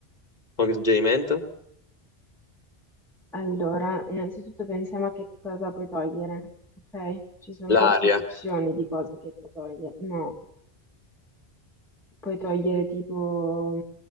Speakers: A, on the left (about 40°); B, in the centre.
A: qualche suggerimento?
B: Allora, innanzitutto pensiamo a che cosa puoi togliere, ok? Ci sono
A: L'aria.
B: diverse opzioni di cose che puoi togliere. No, puoi togliere tipo,